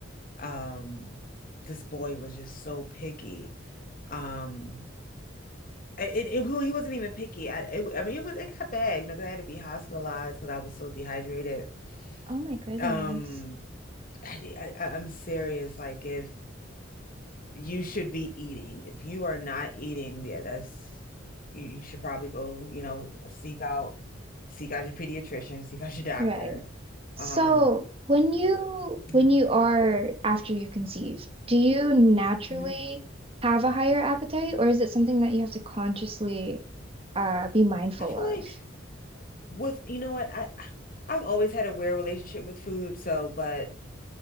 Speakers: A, on the left (about 45°); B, on the right (about 30°).
A: Um this boy was just so picky. Um and and it, well, he wasn't even picky. I it, I mean it was it got bad, you know, 'cause I had to be hospitalized because I was so dehydrated.
B: Oh my goodness.
A: Um I, I- I'm serious. Like if you should be eating, if you are not eating, yeah, that's you, you should probably go, you know, seek out seek out your pediatrician, seek out your doctor.
B: Right. So
A: Um,
B: when you
A: yeah.
B: when you are after you conceive, do you naturally
A: hmm
B: have a higher appetite or is it something that you have to consciously uh be mindful
A: I feel
B: of?
A: like with you know what, I I've always had a weird relationship with food, so but